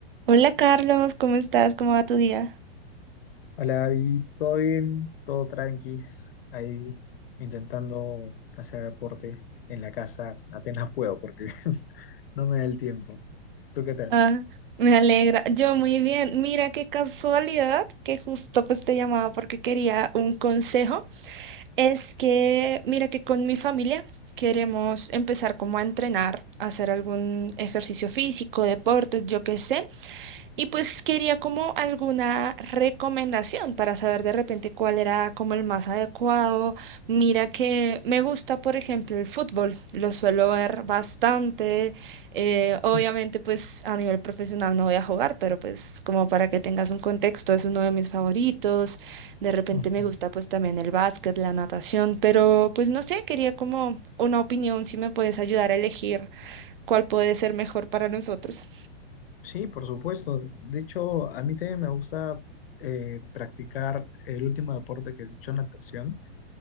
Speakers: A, on the right; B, on the left.
A: Hola Carlos, ¿cómo estás? ¿Cómo va tu día?
B: Hola, David, ¿todo bien? ¿Todo tranquis? Ahí intentando hacer deporte en la casa apenas puedo porque <laughs> no me da el tiempo. ¿Tú qué tal?
A: Ah, me alegra. Yo muy bien. Mira qué casualidad que justo pues te llamaba porque quería un consejo. Es que mira que con mi familia queremos empezar como a entrenar, a hacer algún ejercicio físico, deportes, yo qué sé. Y pues quería como alguna recomendación para saber de repente cuál era como el más adecuado. Mira que me gusta, por ejemplo, el fútbol. Lo suelo ver bastante. Eh, obviamente,
B: Mm,
A: pues a nivel profesional no voy a jugar, pero pues como para que tengas un contexto, es uno de mis favoritos. De repente
B: Ujú.
A: me gusta pues también el básquet, la natación, pero pues no sé, quería como una opinión si me puedes ayudar a elegir cuál puede ser mejor para nosotros.
B: Sí, por supuesto. De hecho, a mí también me gusta eh, practicar el último deporte que has dicho, natación.